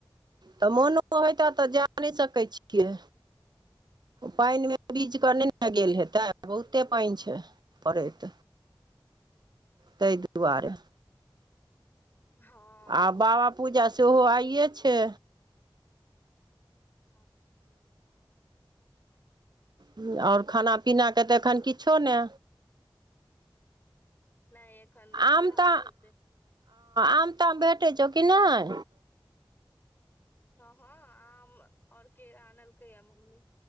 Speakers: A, on the right (about 55°); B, on the left (about 25°).
A: तऽ मुनो होइता तऽ जा नैय सकै छियै। पइन में भिजकऽ नैय न गेल हेतै? बहुते पइन छै। पड़ैत, तैइ दुआरे।
B: हँ
A: आ बाबा पूजा सेहो आइए छै।
B: <unintelligible>
A: ह्म्म और खाना पीना के तऽ एखन किछो ने।
B: नहि एखन नहि
A: आम-त-अ
B: फलहारी हेतै
A: आम-ताम भेटै छौ कि नैय?
B: हँ-हँ, आम और केरा आनलकै यैऽ मम्मी।